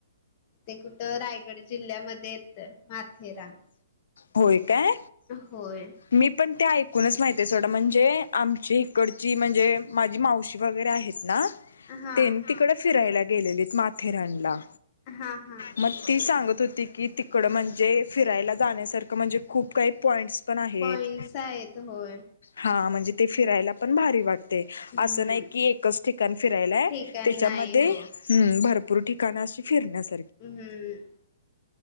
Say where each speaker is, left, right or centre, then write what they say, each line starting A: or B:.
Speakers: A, on the left; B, on the left.
A: ते कुठं रायगड जिल्ह्यामध्ये येतं माथेरान
B: होय काय
A: होय
B: मी पण ते ऐक ूुणच माहिती आहे सोडं म्हणजे आमची इकडची म्हणजे माझी मावशी वगैरे आहेत ना
A: हा
B: तेनी तिकडं फिरायला गेलेले माथेरानला
A: हा हा
B: मग ती सांग होती की तिकडं म्हणजे फिरायला जाण्यासारखं म्हणजे खूप काही पॉईंट्स पण आहेत
A: पॉइंट्स आहेत होय
B: हा म्हणजे ते फिरायला पण भारी वाट
A: हम्म
B: अस नाही क एकच ठिकाण फिरायला
A: ठिकाण
B: त्याच्यामध्ये
A: नाही हो
B: हम भरपूर र ठिकाणाशी फिरण्यास
A: हम् हम्